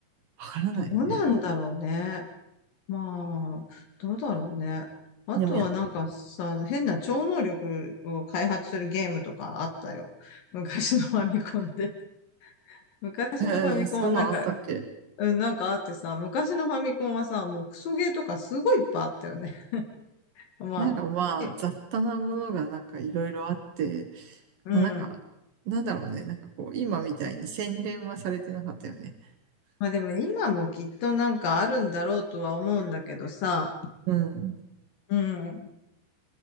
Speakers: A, on the right (about 60°); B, on the left (about 60°).
A: わからないね。
B: どうなんだろうね。まあ、どうだろうね。あとはなんかさ、
A: でもや、
B: 変な超能力を開発するゲームとかあったよ。<laughs> 昔のファミコンで。<laughs> 昔のファミコンはなんか、
A: <laughs> そんなんあったっけ
B: うん、なんかあってさ、昔のファミコンはさ、もうクソゲーとかすごいいっぱいあったよね。<laughs> まあ、
A: なんかまあ、
B: い
A: 雑多なものがなんかいろいろあって、
B: うん。
A: まあなんか、なんだろうね。なんかこう、今みたいに洗練はされてなかったよね。
B: まあでも今もきっとなんかあるんだろうとは思うんだけどさ、
A: うん。
B: うん。